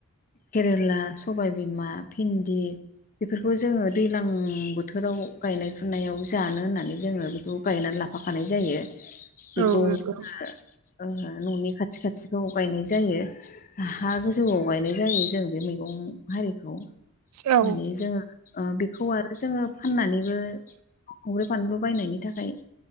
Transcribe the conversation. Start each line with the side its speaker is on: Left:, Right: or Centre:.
Left: केरेला सबायबिमा भिन्दि बेफोरखौ जोङो दैज्लां बोथोराव गायनाय फुनायाव जानो होननानै जोङो बेखौ गायनानै लाफाखानाय जायो
Right: औ
Left: बेखौ
Right: नंगौ
Left: जोङो न'नि खाथि खाथिखौ गायनाय जायो। हा गोजौआव गायनाय जायो जों बे मैगं हारिखौ माने
Right: औ
Left: जोङो बेखौ आरो जोङो फाननानैबो खंब्र्रि बानलु बायनायनि थाखाय